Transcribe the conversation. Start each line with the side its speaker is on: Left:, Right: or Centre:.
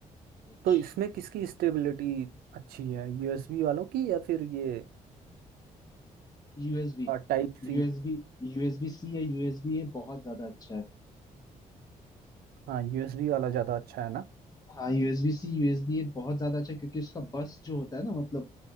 Left: अच्छा
Right: तो इसमें किसकी स्टेबिलिटी अच्छी है यूएसबी वालों की या फिर ये
Left: यूएसबी
Right: टाइप
Left: यूएसबी
Right: सी
Left: यूएसबी सी या यूएसबी ए बहुत ज्यादा अच्छा है
Right: हाँ यूएसबी वाला ज़्यादा अच्छा है ना
Left: हाँ यूएसबी सी यूएसबी ए बहुत ज्यादा अच्छा है क्योंकि उसका बस जो होता है ना मतलब